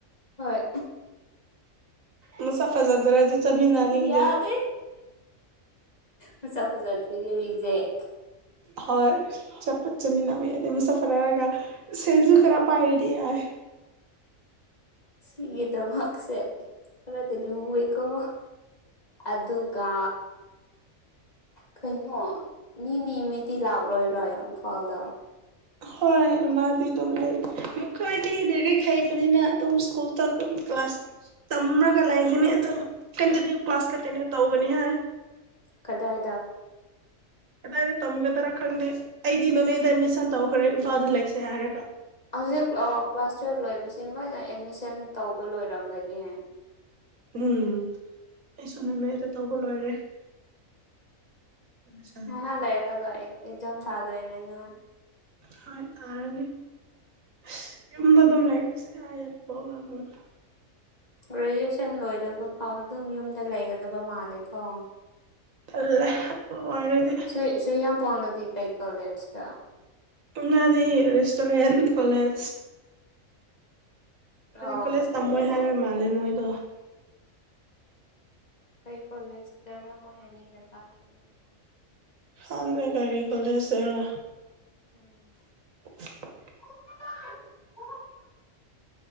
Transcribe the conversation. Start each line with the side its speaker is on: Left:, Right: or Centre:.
Left: ꯍꯣꯏ
Right: ꯃꯁꯛ ꯐꯖꯗ꯭ꯔꯗꯤ ꯆꯠꯃꯤꯟꯅꯅꯤꯡꯗꯦ
Left: ꯌꯥꯗꯦ ꯃꯁꯛ ꯐꯖꯗ꯭ꯔꯗꯤ ꯔꯤꯖꯦꯛ
Right: ꯍꯣꯏ ꯑꯆꯄꯠ ꯆꯃꯤꯟꯅꯕ ꯌꯥꯗꯦ ꯃꯁꯛ ꯐꯖꯔꯒ ꯁꯦꯜꯁꯨ ꯈꯔ ꯄꯥꯢꯔꯗꯤ ꯌꯥꯢ <inaudible>
Left: ꯁꯤꯒꯤꯗꯣ ꯃꯛꯁꯦ ꯈꯔꯗꯤ ꯂꯨꯋꯦꯀꯣ ꯑꯗꯨꯒ ꯀꯩꯅꯣ ꯅꯤꯃꯤ ꯃꯤꯗꯤ ꯂꯥꯛꯔꯣꯏꯗ꯭ꯔꯣ ꯏꯝꯐꯥꯜꯗ
Right: ꯍꯣꯏ ꯃꯥꯗꯤ ꯑꯗꯨꯝ ꯂꯩꯔꯤ ꯃꯈꯣꯏꯗꯤ ꯂꯩꯔꯤꯛ ꯍꯩꯕꯅꯤꯅ ꯑꯗꯨꯝ ꯁ꯭ꯀꯨꯜ ꯆꯠꯄ ꯀ꯭ꯂꯥꯁ ꯇꯝꯔꯒ ꯂꯩꯒꯅꯤ ꯑꯗꯨꯝ ꯀꯟꯇꯤꯅ꯭ꯌꯨ ꯀ꯭ꯂꯥꯁ ꯈꯛꯇꯅꯦ ꯇꯧꯒꯅꯤ ꯍꯥꯏ
Left: ꯀꯗꯥꯏꯗ
Right: ꯀꯗꯥꯏꯗ ꯇꯝꯒꯗ꯭ꯔꯥ ꯈꯪꯗꯦ ꯑꯩꯗꯤ ꯅꯣꯅꯦꯗ ꯑꯦꯗꯃꯤꯁꯟ ꯇꯧꯈ꯭ꯔꯦ ꯏꯝꯐꯥꯜꯗ ꯂꯩꯁꯦ ꯍꯥꯏꯔꯒ
Left: ꯍꯧꯖꯤꯛ ꯀ꯭ꯂꯥꯁ ꯇꯨꯋꯦꯜꯕ ꯂꯣꯏꯕꯁꯤꯡ ꯂꯣꯏꯅ ꯑꯦꯗꯃꯤꯁꯟ ꯇꯧꯕ ꯂꯣꯏꯔꯝꯒꯅꯤ
Right: ꯎꯝ ꯑꯩꯁꯨ ꯅꯨꯅꯦꯗ ꯇꯧꯕ ꯂꯣꯏꯔꯦ ꯑꯦꯠꯃꯤꯁꯟꯗꯣ
Left: ꯉꯥꯢꯍꯥꯛ ꯂꯩꯔꯒ ꯑꯩ ꯑꯦꯛꯖꯥꯝ ꯊꯥꯗꯣꯢꯅꯦ ꯅꯣꯢ
Right: ꯍꯣꯢ ꯊꯥꯔꯅꯤ ꯑꯁ ꯌꯨꯝꯗ ꯑꯗꯨꯝ ꯂꯩꯥꯏꯔꯁꯦ <unintelligible>
Left: ꯒ꯭ꯔꯦꯖꯨꯑꯦꯁꯟ ꯂꯣꯏꯗꯕ ꯐꯥꯎ ꯑꯗꯨꯝ ꯌꯨꯝꯗ ꯂꯩꯒꯗꯕ ꯃꯥꯜꯂꯦꯀꯣ
Right: ꯇꯜꯂꯦ ꯑꯣꯏꯔꯗꯤ
Left: ꯁꯣꯏ ꯁꯣꯏ ꯌꯥꯝ ꯄꯣꯂꯗꯤ ꯀꯩ ꯀꯣꯂꯦꯖꯇ
Right: <unintelligible> ꯔꯦꯁꯇꯣꯔꯦꯟ ꯀꯣꯂꯦꯖ
Left: ꯑ
Right: ꯀꯣꯂꯦꯖ ꯇꯝꯃꯣꯢ ꯍꯥꯢꯕ ꯃꯥꯜꯂꯦ ꯃꯣꯏꯗꯣ
Left: ꯀꯩ ꯀꯣꯂꯦꯖ ꯗꯔ ꯃꯣꯏ ꯑꯅꯤꯅ ꯇꯝꯄꯗꯨꯅ
Right: ꯈꯪꯗꯦ ꯀꯔꯤ ꯀꯣꯂꯦꯖꯔꯥ
Left: ꯎꯝ
Right: <inaudible>
Left: <inaudible>